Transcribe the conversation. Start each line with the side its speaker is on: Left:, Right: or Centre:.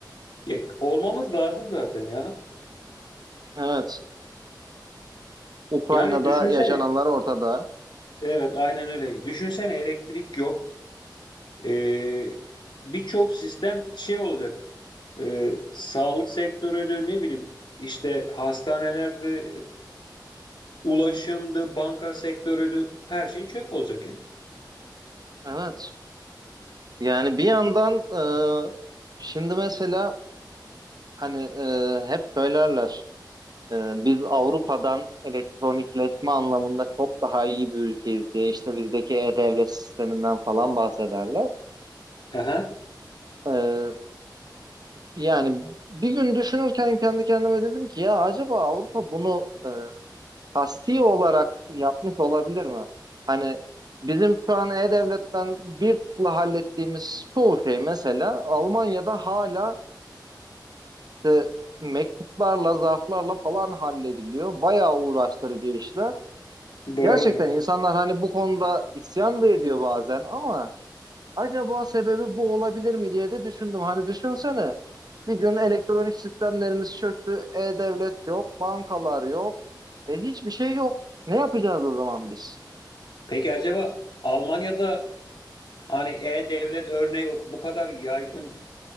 Left: Ya, olmamız lazım zaten ya.
Right: Evet, Ukrayna'da
Left: Yani düşünsene.
Right: yaşananlar ortada.
Left: Evet, aynen öyle. Düşünsene elektrik yok. E, birçok sistem şey olacak. E, sağlık sektörüydü, ne bileyim işte hastanelerde ulaşımdı, banka sektörüydü. Her şey çöp olacak yani.
Right: Evet. Yani bir yandan e, şimdi mesela hani e, hep söylerler e, biz Avrupa'dan elektronikleşme anlamında çok daha iyi bir ülkeyiz diye işte bizdeki e-devlet sisteminden falan bahsederler.
Left: Aha,
Right: E, yani bir gün düşünürken kendi kendime dedim ki ya acaba Avrupa bunu e, kasti olarak yapmış olabilir mi? Hani bizim şu an e-devletten bir tıkla hallettiğimiz çoğu şey mesela Almanya'da hala İşte mektuplarla, zarflarla falan hallediliyor. Bayağı uğraştırıcı işler.
Left: doğrudur.
Right: Gerçekten insanlar hani bu konuda isyan da ediyor bazen ama acaba sebebi bu olabilir mi diye de düşündüm. Hani düşünsene bir gün elektronik sistemlerimiz çöktü, e-devlet yok, bankalar yok, e hiçbir şey yok. Ne yapacağız o zaman biz?
Left: Peki acaba Almanya'da hani e-devlet örneği bu kadar yaygın